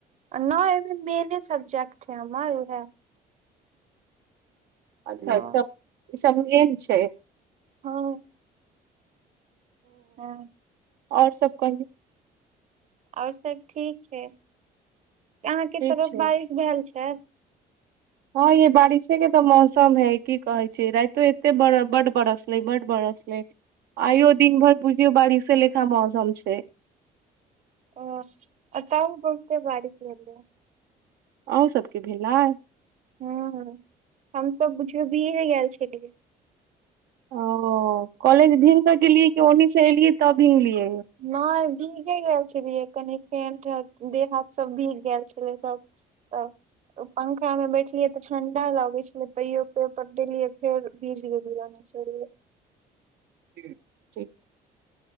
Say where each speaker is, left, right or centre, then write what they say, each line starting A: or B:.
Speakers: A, on the right; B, on the right.
A: नहि एहिमे मेने सब्जेक्ट छै। हमर उएह
B: अच्छा,
A: हँ
B: सभ ई समझे ने छै।
A: हँ हँ
B: और सब कही
A: आओर सब ठीक छै यहााँके
B: ठीक
A: तरफ
B: छै
A: बारिश भेल छै
B: हँ ये बारिशे के तऽ मौसम है की कहै छी रातो एते बड बरस ले बड बरस ले आइयो दिन भर बुझियो बारिशे लेखा मौसम छै
A: आ तउ बहुते बारिशल आय
B: अहुँ सबके भेलै अय
A: हुँ हमस बुझिय भी गेल छलि
B: ओ कॉलेज भींग कऽ गेलियै कि ओन्हिस एऐलियै तब भींगलियै
A: नहि भीगे गेल छलियै कनि फेन देह हाथ सब भीग गेल छलै सब तऽ पंखा मे बैठलियै तऽ ठंडा लगे छलै तैयो पेपर देलियै फेर भीज गेलियै छलिए
B: ठीक